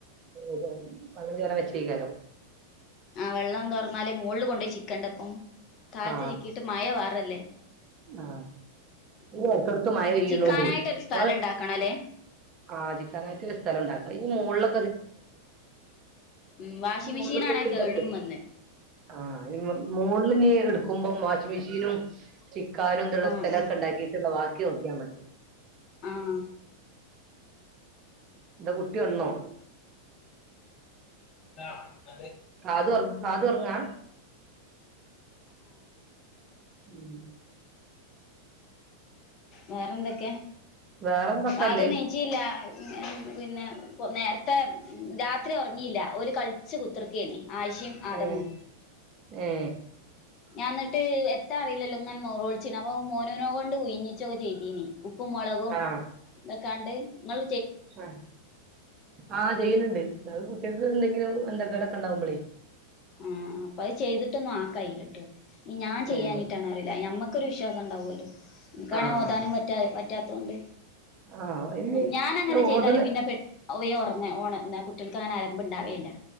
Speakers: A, on the right; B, on the left.
A: ഓഹോ വള്ളം ചോരാ വെച്ചേക്കാരം
B: ആ വെള്ളം തോർന്നാൽ മോളില് കൊണ്ടയി ചിക്കണ്ടപ്പം താഴത്
A: ആ
B: ചിക്കിയിട്ട് മഴ പാറല്ലേ
A: ആ
B: ഉം
A: ഈ ഇടക്കേടക് മഴ പെയ്യണൊണ്ടേ
B: ചിക്കാനായിട്ടൊരു സ്ഥലം
A: നമ്മള്
B: ഉണ്ടാക്കണല്ലേ
A: ആ ചിക്കാനായിട്ട് ഒരു സ്ഥലം ണ്ടാക്കുക ഇനി മോളില്
B: ഉം വാഷിംഗ്
A: മുകളിലൊക്കെ
B: മെഷീൻ ആണേ
A: ഇടുമ്പോ-
B: കേടും വന്ന്
A: ആ മോളില് ഞീട്ക്കുമ്പം വാഷിംഗ് മെഷീനും ചിക്കാനും തുള്ള
B: ആ
A: സ്ഥലൊക്കെ
B: ആ
A: ഉണ്ടാക്കിയിട്ടുള്ള വാക്കി നോക്കിയാൽ മതി
B: ആഹ്
A: ഉംന്താ കുട്ടി ഒണ്ന്നോ
B: ആ ആ
A: കാത് ഉറ- കാത് ഉറങ്ങാ ഉം
B: വേറെന്തൊക്കെ
A: വേറെന്തൊക്കെ
B: അത്
A: അല്ലേ
B: നീച്ചില്ല <unintelligible> പിന്നെ നേരത്തെ രാത്രി ഒർങ്ങില്ല ഒൽ കള്ച്ച് കുത്തിർക്കേനി ആയിഷിം
A: ഏ
B: ആദമും
A: ഏ
B: ഞാൻ ന്ന ട്ട് എത്താ അറിലല്ലോ ങ്ങനെ നോലോളിച്ച് ണേ അപ്പൊ മോനൂനെ കൊണ്ട് ഉഴ്ഞ്ഞിച്ചൊക്കെ ചെയ്തീനീ ഉപ്പും മുളകും
A: ആ
B: തൊക്കാണ്ട് ങ്ങൾ
A: ആഹ് ആ ചെയ്യലുണ്ട് അത് കുട്ടിയോക്ക് എന്തെങ്കിലും അന്തക്കടൊക്കെണ്ടാവുമ്പളെ
B: ഏ അപ്പഅ് ചെയ്തിട്ടൊന്നും ആക്കയിലട്ടൊ ഞാൻ ചെയ്യാഞ്ഞിട്ടാണൊ
A: ഉം
B: അറിയില്ല. ഞമ്മക്കൊരു വിശ്വാസം ഉണ്ടാവോല്ലൊ ഇൻക്കാണെ
A: ആഹ്
B: ഓതാനും പറ്റാ പ റ്റാത്തോണ്ട്
A: ആഹ് അയിന്
B: ഞാനങ്ങന് ചെയ്താല്
A: ഓതല്
B: പിന്നെ പെ വേം ഒറങ്ങേ ഒണ ന്നാ കുട്ടീൾക്ക് അങ്ങനെ ആലമ്പ് ഇണ്ടാവലില്ല